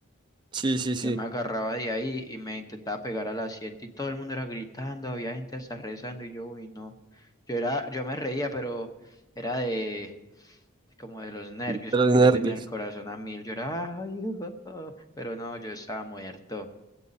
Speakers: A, on the right; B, on the left.
A: Sí, sí, sí,
B: Yo me agarraba de ahí y me intentaba pegar al asiento y todo el mundo era gritando, había gente hasta rezando y yo, uy, no. Yo era, yo me reía, pero era de como de los nervios
A: de los
B: porque
A: nervios.
B: yo tenía el corazón a mil, yo era, "Ay, <laughs> ah", pero no, yo estaba muerto.